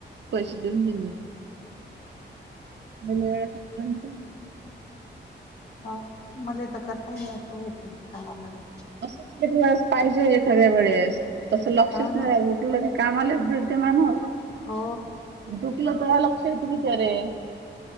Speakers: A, on the right; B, on the left.
A: पैसे देऊन दि म व वेळ सांगलं
B: हा मला तर करताय नाही येतो वैश सांगा लाग
A: असंच कती वेळेस पाहिजे एखाद्या वेळेस तसं लक्षच
B: हो
A: नाही
B: ना
A: राहील क कामालाच भिडते मानू
B: हो
A: दुखलं तेव्हा लक्ष येत बिचारे